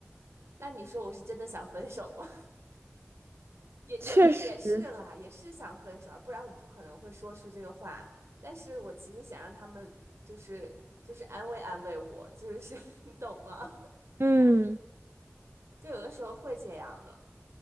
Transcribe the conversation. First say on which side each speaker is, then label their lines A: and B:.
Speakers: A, on the right; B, on the right.
A: 那你说我是真的想分手吗？也有的也是啦，
B: 确实，
A: 也是想分手，不然我不可能会说出这个话。但是我其实想让他们就是就是安慰安慰我，就是是 <laughs> 你懂吗？
B: 嗯
A: 就有的时候会这样的。